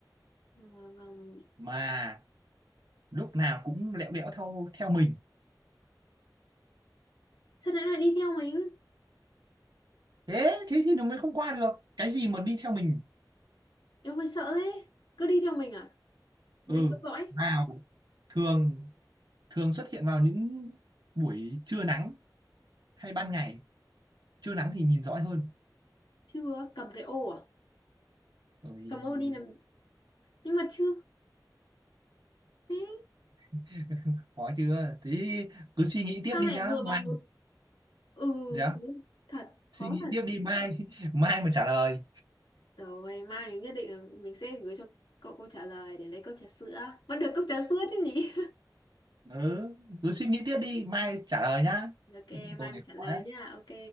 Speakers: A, on the left (about 75°); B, on the right (about 60°).
A: ừ, vâng.
B: mà lúc nào cũng lẹo đẽo theo theo mình
A: sao nãy lại đi theo mình
B: thế thế thì nó mới không qua được cái gì mà đi theo mình
A: em hơi sợ thế cứ đi theo mình à
B: ừ
A: người theo dõi
B: nào thường thường xuất hiện vào những buổi trưa nắng hay ban ngày trưa nắng thì nhìn rõ hơn
A: chưa cầm cái ô à
B: Ôi,
A: cầm ô đi làm nhưng mà chưa thế
B: <laughs> khó chưa thế cứ suy nghĩ tiếp
A: sao
B: đi
A: lại
B: nhá
A: vừa
B: mai
A: bằng một ừ
B: dạ
A: thật thật
B: suy
A: khó
B: nghĩ
A: thật
B: tiếp đi mai <laughs> mai mà trả lời
A: rồi mai mình nhất định là mình sẽ gửi cho cậu câu trả lời để lấy cốc trà sữa vẫn được cốc trà sữa chứ nhỉ
B: ừ, cứ suy nghĩ tiếp đi mai trả lời nhá
A: <laughs> ok mai
B: câu này
A: mình trả lời
B: khó đấy
A: nha ok